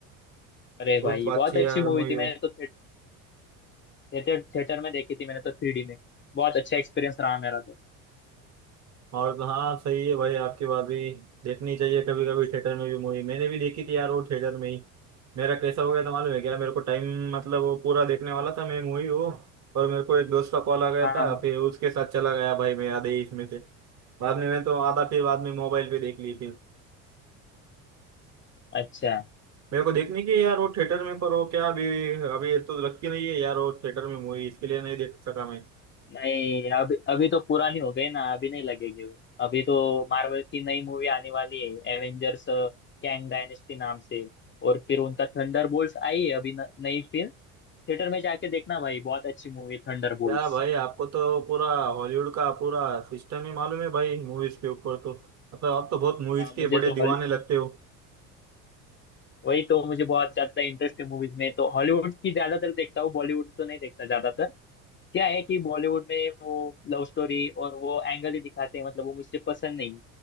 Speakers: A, on the left; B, on the right.
A: अरे
B: बहुत
A: भाई बहुत
B: अच्छी
A: अच्छी
B: यार
A: मूवी
B: मूवी
A: थी मैंने तो थिएटर थिएटर में देखी थी मैंने तो थ्री डी में बहुत अच्छा एक्सपीरियंस रहा मेरा तो
B: और तो हाँ सही है भाई आपकी बात भी देखनी चाहिए कभी कभी थिएटर में भी मूवी मैंने भी देखी थी यार वो थिएटर में ही मेरा कैसा हो गया था मालूम है क्या मेरे को टाइम मतलब वो पूरा देखने वाला था मैं मूवी वो और मेरे को एक दोस्त का कॉल आ गया
A: हाँ
B: था
A: हाँ
B: फिर उसके साथ चला गया भाई मैं आधे ही इसमें से बाद में मैं तो आधा फिर बाद में मोबाइल पे देख ली फिर
A: अच्छा
B: मेरे को देखने की है यार वो थिएटर में पर वो क्या अभी अभी तो लगती नहीं है यार वो थिएटर में मूवी इसके लिए नहीं देख सका मैं
A: नहीं अभी अभी तो पुरानी हो गई ना अभी नहीं लगेगी वो अभी तो मार्वल की नई मूवी आने वाली है एवेंजर्स कैंग डायनेस्टी नाम से और फिर उनका थंडरबोल्ट्स आई है अभी न, नई फिल्म थिएटर में जाके देखना भाई बहुत अच्छी मूवी थंडरबोल्ट्स
B: क्या भाई आपको तो पूरा हॉलीवुड का पूरा सिस्टम ही मालूम है भाई मूवीज के ऊपर तो मतलब आप तो बहुत मूवीज के
A: मुझे
B: बड़े
A: तो
B: दीवाने लगते हो
A: वही तो मुझे बहुत ज्यादा इंटरेस्ट है मूवीज में तो हॉलीवुड की ज्यादातर देखता हूँ बॉलीवुड तो नहीं देखता ज्यादातर क्या है कि बॉलीवुड में वो लव स्टोरी और वो एंगल ही दिखाते हैं मतलब वो मुझे पसंद नहीं